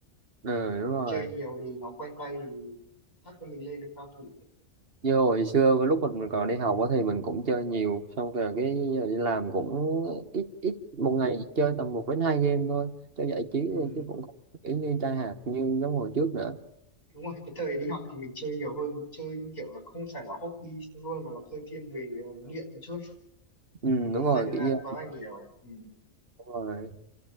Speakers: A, on the right; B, on the left.
A: ừ đúng
B: không
A: rồi.
B: chơi nhiều thì nó quen tay thì chắc là mình lên được cao thủ
A: như hồi xưa với lúc mình còn đi học á thì mình cũng chơi nhiều xong rồi cái giờ đi làm cũng ít ít một ngày chơi tầm một đến hai game thôi cho giải trí
B: ừ.
A: thôi chứ cũng không kiểu như trai hạt như giống hồi trước nữa
B: đúng rồi cái thời đi học thì mình chơi nhiều hơn chơi như kiểu là không phải là hobby luôn mà nó hơi thiên về ờ, nghiện một chút
A: ừ,
B: chơi
A: đúng rồi
B: dành thời
A: kiểu
B: gian
A: như
B: quá là nhiều ừ.
A: đúng rồi